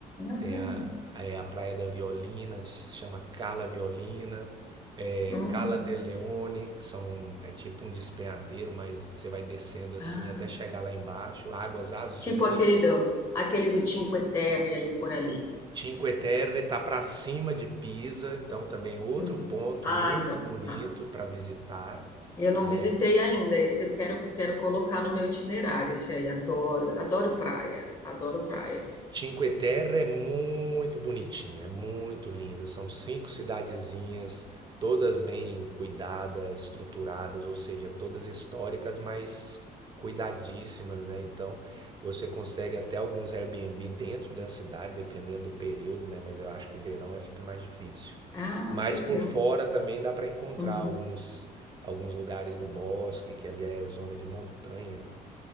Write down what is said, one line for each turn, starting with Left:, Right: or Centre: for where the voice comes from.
Left: Ah,
Right: Tem a, é a Praia da Violina, se chama Cala Violina, é,
Left: hum,
Right: Cala de Leone, que são, é tipo um despenhadeiro, mas você vai descendo assim
Left: ah.
Right: até chegar lá embaixo. Águas Azuis.
Left: Tipo aquele do, aquele do Cinque Terre ali por ali.
Right: Cinque Terre está para cima de Pisa, então também outro
Left: Uhum.
Right: ponto
Left: Ah,
Right: muito
Left: então,
Right: bonito
Left: tá.
Right: para visitar,
Left: Eu não
Right: né?
Left: visitei ainda. Esse eu quero, quero colocar no meu itinerário, esse aí. Adoro, adoro praia, adoro praia.
Right: Cinque Terre é muito bonitinha, é muito linda. São cinco cidadezinhas, todas bem cuidadas, estruturadas, ou seja, todas históricas, mas cuidadíssimas, né? Então, você consegue até alguns Airbnb dentro da cidade, dependendo do período, né? Mas eu acho que verão é fica mais difícil.
Left: Ah,
Right: Mas
Left: que legal.
Right: por fora também dá para encontrar
Left: Uhum,
Right: alguns alguns lugares no bosque, que ali é zona de montanha